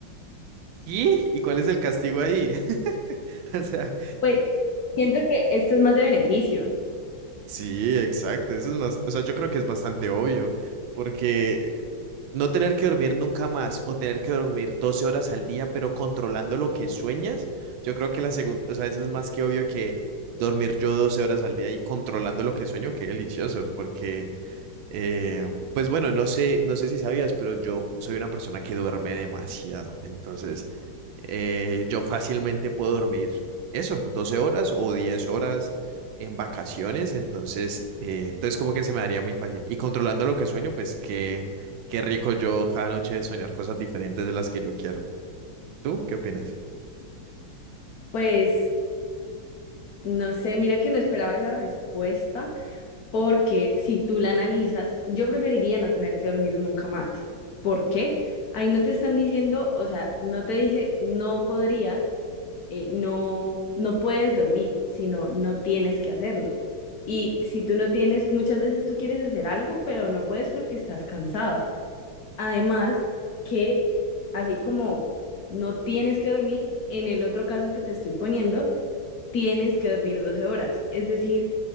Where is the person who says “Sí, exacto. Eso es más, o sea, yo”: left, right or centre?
Right